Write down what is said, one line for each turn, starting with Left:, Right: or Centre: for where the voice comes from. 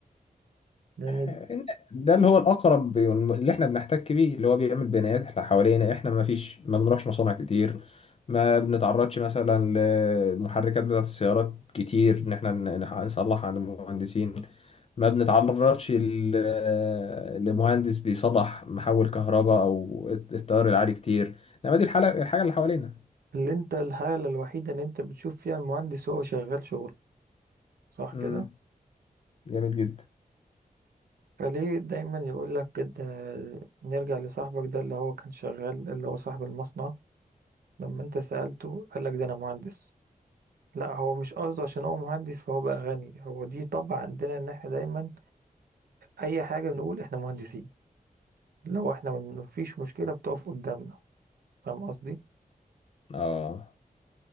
Right: يعني
Left: إن- ده اللي هو الأقرب اللي إحنا بنحتك بيه اللي هو بيعمل بنايات إحنا حوالينا إحنا ما فيش ما بنروحش مصانع كتير ما بنتعرضش مثلا للمحركات بتاعة السيارات كتير إن إحنا ن- نح- نصلح عند المهندسين ما بنتعرضش ل- لمهندس بيصلح محول كهرباء أو التيار العالي كتير إنما دي الحاجة الحاجة اللي حوالينا
Right: اللي انت الحالة الوحيدة اللي انت بتشوف فيها المهندس هو شغال شغل صح
Left: مم.
Right: كده
Left: جميل جدا
Right: فليه دايما يقول لك كده نرجع لصاحبك ده اللي هو كان شغال اللي هو صاحب المصنع لما انت سألته قال لك ده انا مهندس لا هو مش قصده عشان هو مهندس فهو بقى غني هو دي طبع عندنا ان احنا دايما اي حاجة بنقول احنا مهندسين لو احنا من- مفيش مشكلة بتقف قدامنا فاهم قصدي
Left: آه